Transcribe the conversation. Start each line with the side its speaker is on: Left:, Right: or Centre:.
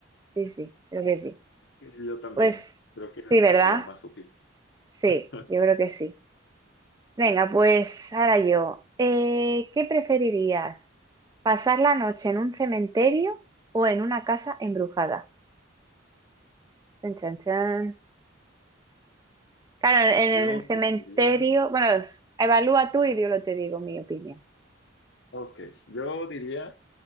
Right: Sí, sí, creo que sí.
Left: yo también.
Right: Pues
Left: Creo que
Right: sí, ¿verdad?
Left: sería más útil.
Right: Sí,
Left: <laughs>
Right: yo creo que sí. Venga, pues ahora yo. Eh, ¿qué preferirías? ¿Pasar la noche en un cementerio o en una casa embrujada? Chan, chan, chan. Claro, en
Left: Yo
Right: el cementerio,
Left: diría.
Right: bueno, s- evalúa tú y yo lo te digo mi opinión.
Left: Ok, yo diría